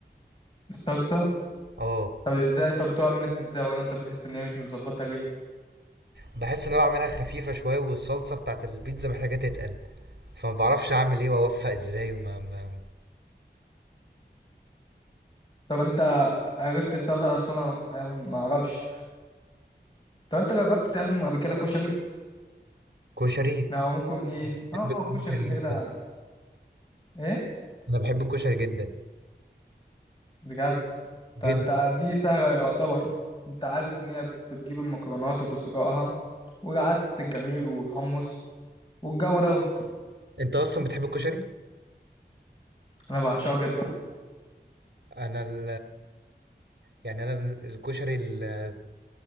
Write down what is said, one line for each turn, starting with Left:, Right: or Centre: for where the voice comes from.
Left: الصلصة
Right: اه
Left: طب إزاي طب بتقع منك إزاي ولا أنت بتحس إن هي مش مظبطة ليه
Right: بحس ان انا بعملها خفيفه شويه والصلصه بتاعت البيتزا محتاجه تتقل فما بعرفش اعمل ايه واوفق ازاي ما, ما...
Left: طب أنت عرفت السبب ده اصلا انا ما اعرفش طب انت جربت تعمل قبل كده كشري
Right: كشري
Left: او ممكن ايه
Right: بحب
Left: اه
Right: الكشري
Left: كشري كده
Right: جدا
Left: ايه
Right: انا بحب الكشري جدا
Left: بجد طب
Right: جدا
Left: انت دي سهله يعتبر انت عارف ان هي بتجيب المكرونات وتسلقها والعدس الجميل والحمص والجو دوت
Right: انت اصلا بتحب الكشري
Left: انا بعشقه جدا
Right: انا ال يعني انا الكشري ال...